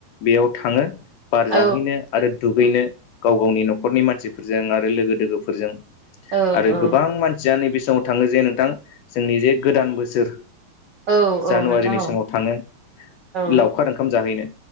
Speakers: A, on the left; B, on the right.
A: बेयाव थाङो बार
B: औ
A: जाहैनो आरो दुगैनो गाव गावनि न'खरनि मानसिफोरजों आरो लोगो दोगोफोरजों
B: औ
A: आरो
B: औ
A: गोबां मानसिया नैबे <unintelligible> थाङो जे नोंथां जोंनि जे गोदान बोसोर
B: औ
A: जानुवारिनि
B: औ नोंथां
A: थाङो
B: औ औ
A: लावखार ओंखाम जाहैनो